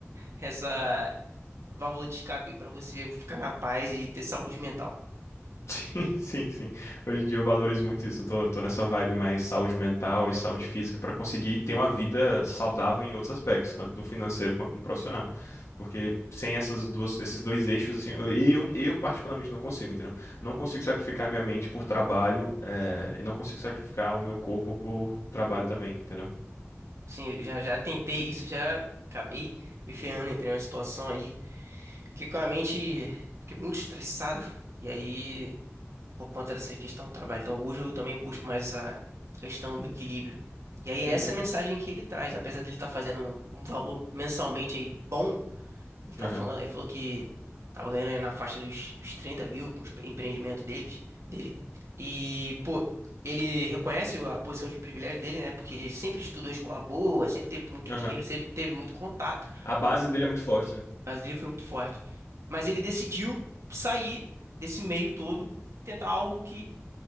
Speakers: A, on the right; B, on the left.
A: essa válvula de escape para você ficar na paz e ter saúde mental.
B: Sim, <laughs> sim, sim. Hoje em dia eu valorizo muito isso. Eu tô, tô nessa vibe mais saúde mental e saúde física pra conseguir ter uma vida saudável em outros aspectos, tanto no financeiro quanto no profissional. Porque sem essas duas, esses dois eixos, assim, eu, eu eu particularmente não consigo, entendeu? Não consigo sacrificar minha mente por trabalho, eh, e não consigo sacrificar o meu corpo por trabalho também, entendeu?
A: Sim, eu já já tentei isso, já acabei me ferrando, entrei numa situação aí. Fiquei com a mente, fiquei muito estressado. E aí por conta dessa questão do trabalho. Então, hoje eu também busco mais essa questão do equilíbrio. E aí, essa
B: Uhum,
A: é a mensagem que ele traz, apesar dele estar fazendo um um valor mensalmente aí bom, ele tá
B: aham,
A: falando, ele falou que tava ganhando aí na faixa dos, dos 30 mil com o empreendimento deles, dele. E, pô, ele reconhece a posição de privilégio dele, né? Porque ele sempre estudou em escola boa, sempre teve muito
B: aham.
A: dinheiro, sempre teve muito contato,
B: A base dele é muito forte, né?
A: mas ele foi muito forte. Mas ele decidiu sair desse meio todo, tentar algo que